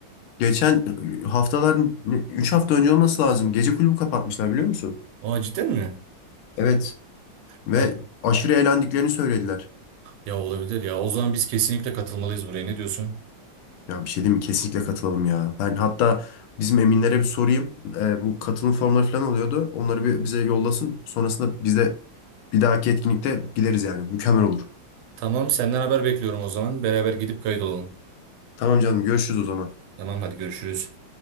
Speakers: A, on the left; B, on the right.
A: Geçen haftalar üç hafta önce olması lazım. Gece kulübü kapatmışlar biliyor musun?
B: Aa cidden mi?
A: Evet. Ve
B: Ol-
A: aşırı eğlendiklerini söylediler.
B: Ya olabilir ya. O zaman biz kesinlikle katılmalıyız buraya. Ne diyorsun?
A: Ya bir şey diyeyim mi? Kesinlikle katılalım ya. Ben hatta bizim Eminlere bir sorayım. Ee, bu katılım formları falan oluyordu. Onları bir bize yollasın. Sonrasında biz de Bir dahaki etkinlikte gideriz yani. Mükemmel olur.
B: Tamam, senden haber bekliyorum o zaman. Beraber gidip kayıt olalım.
A: Tamam canım görüşürüz o zaman.
B: Tamam, hadi görüşürüz.